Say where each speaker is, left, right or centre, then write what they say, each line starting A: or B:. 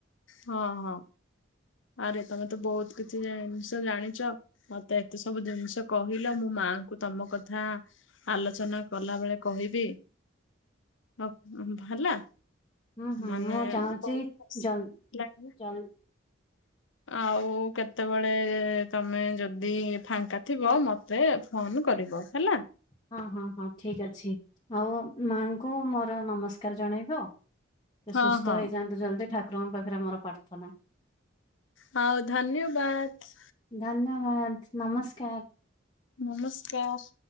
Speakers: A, on the left (about 80°); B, on the left (about 25°).
A: ହଁ ହଁ ଆରେ ତମେ ତ ବହୁତ କିଛି କି ଜିନିଷ ଜାଣିଛ। ମତେ ଏତେ ସବୁ ଜିନିଷ କହିଲ, ମୋ ମାଙ୍କୁ ତମ କଥା ଆଲୋଚନା କଲା ବେଳେ କହିବି। ବ ହେଲା।
B: ହୁଁ ହୁଁ
A: ମାନେ
B: ମୁଁ ଚାହୁଁଛି
A: ବହୁତ ଖୁସି
B: ଜଲ
A: ଲାଗିଲା
B: ଜଲ
A: ଆଉ କେତେବେଳେ ତମେ ଯଦି ଫାଙ୍କା ଥିବ ମ ମତେ ଫୋନ କରିବ ହେଲା।
B: ହଁ ହଁ ହଁ ଠିକ ଅଛି ଆଉ ମାଙ୍କୁ ମୋର ନମସ୍କାର ଜଣେଇବ। ସେ
A: ହଁ
B: ସୁସ୍ଥ
A: ହଁ
B: ହେଇଯାଆନ୍ତୁ ଜଲ୍ଦି ଠାକୁରଙ୍କ ପାଖରେ ମୋର ପ୍ରାର୍ଥନା?
A: ହଉ ଧନ୍ୟବାଦ।
B: ଧନ୍ୟବାଦ ନମସ୍କାର?
A: ନମସ୍କାର।